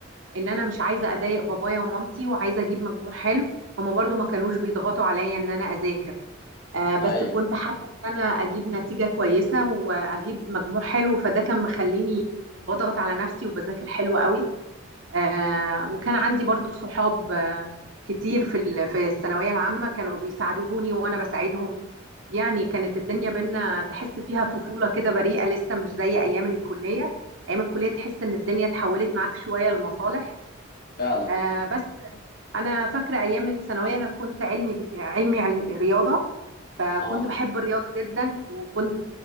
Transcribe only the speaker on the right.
ان انا مش عايزه اضايق بابايا ومامتي وعايزه اجيب مجموع حلو هما برضو ما كانوش بيضغطوا عليا ان انا اذاكر آه، بس
كنت حابة ان انا اجيب نتيجة كويسة واجيب مجموع حلو فده كان مخليني بضغط على نفسي وبذاكر حلو قوي آه، وكان عندي برضو صحاب آه، كتير في ال- في الثانوية العامة كانوا بيساعدوني وانا بساعدهم يعني كانت الدنيا بينا تحس فيها طفولة كده بريئة لسه مش زي ايام الكلية ايام الكلية تحس ان الدنيا اتحولت معاك شوية لمصالح
آه، بس انا فاكره ايام الثانويه انا كنت علمي علمي عل- رياضه فكنت
بحب الرياضه جدا وكنت